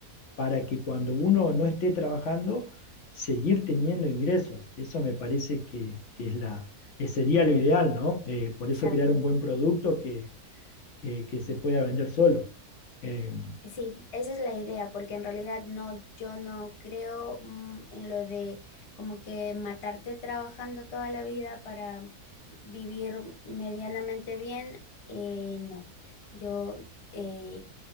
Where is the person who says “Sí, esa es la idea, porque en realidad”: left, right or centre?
Left